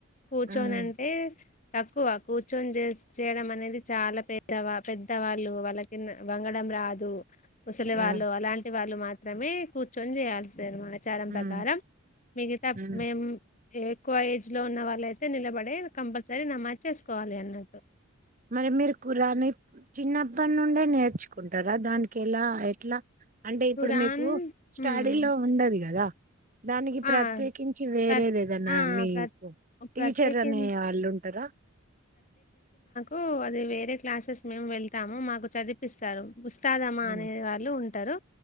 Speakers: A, on the left; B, on the right.
A: కూర్చోనంటే
B: ఉమ్
A: తక్కువ కూర్చొని చేస్ చేయడం అనేది చాలా పెద్ద పెద్ద వాళ్ళు వాళ్ళకి వంగడం రాదు. ముసలివాళ్ళు
B: ఉమ్
A: అలాంటి వాళ్ళు మాత్రమే కూర్ ర్చొని చేయాలసి మా ప్రచారం
B: ఉమ్
A: ప్రకారం మిగతా
B: ఉమ్
A: మేము ఏ ఎక్కువ ఏజ్ లో ఉన్న వాళ్ళయితే నిలబడే కంపల్సరీ నమాజేసుకోవాలి అన్నట్టు
B: మరి మీరు కురాను చిన్నప్పటి నుండే నేర్చుకుంటారా దానికి ఎలా ఎట్లా అంటే
A: ఖురాన్
B: ఇప్పుడు మీకు స్టడీ
A: హ్మ్
B: లో ఉండదు. కదా దానికి ప్రత్యేకించి
A: ఆ
B: వేరేది
A: ప్ర
B: ఏదన్నా
A: ఆ
B: మీకు
A: ప్ర
B: టీచర్
A: ప్రత్యేకిం
B: అనే వాళ్ళు ఉంటరా
A: ఓ అది వేరే క్లాసెస్ మేము వెళ్తాము మాకు చదిపిస్తారు. ముస్తాదమా
B: ఉమ్
A: అనే వాళ్ళు ఉంటారు